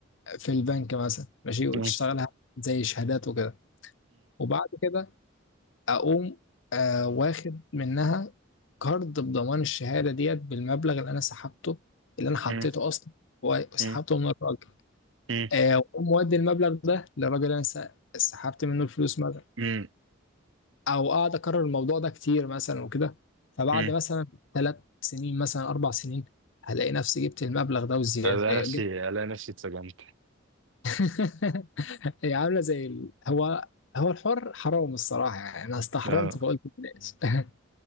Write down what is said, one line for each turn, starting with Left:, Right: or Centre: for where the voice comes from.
Left: في البنك مثلا ماشي وتشتغلها
Right: مم.
Left: زي شهادات وكده وبعد كده اقوم آه واخد منها كارد بضمان الشهاده ديت بالمبلغ اللي انا سحبته اللي انا حطيته
Right: مم.
Left: اصلا وسحبته
Right: مم.
Left: من الراجل
Right: مم.
Left: آه واقوم مودي المبلغ ده للراجل اللي انا س- سحبت منه الفلوس مثلا
Right: مم.
Left: او اقعد اكرر الموضوع ده كتير مثلا وكده فبعد
Right: مم.
Left: مثلا ثلاث سنين مثلا اربع سنين هلاقي نفسي جبت المبلغ ده والزياده
Right: الاقي نفسي
Left: آه جبت
Right: الاقي نفسي اتسجنت
Left: <laughs> هي عامله زي ال... هو هو الحر حرام الصراحه يعني انا استحرمت
Right: آه.
Left: فقلت بلاش <laughs>